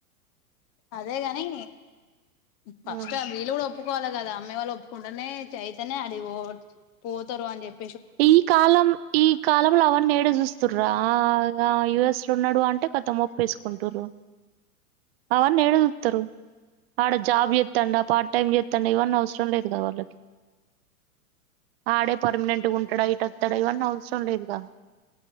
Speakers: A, on the left; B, on the right.
A: అదేగాని ఫస్ట్
B: మ్మ్
A: వీలు కూడా ఒప్పుకోవాలి గదా అమ్మయి వాళ్ళు ఒప్పుకుంటేనే చైతన్య అడిగి పోతారు అని చెప్పి
B: ఈ కాలం ఈ కాలంలో అవి అన్ని అటా జూస్తురా ఆ గా యూఎస్ లో ఉన్నడు అంటే ఖతం ఒప్పేసుకుంటుండ్రు అవన్ని ఏడా జుత్తరు ఆడ జాబ్ చెత్తండా పార్ట్ టైమ్ చెత్తండా ఇవన్ని అవసరం లేదు గా వాళ్ళకి ఆడే పర్మనెంట్గా ఉంటాడా ఇట వస్తాడా ఇవన్నీ అవసరం లేదుగా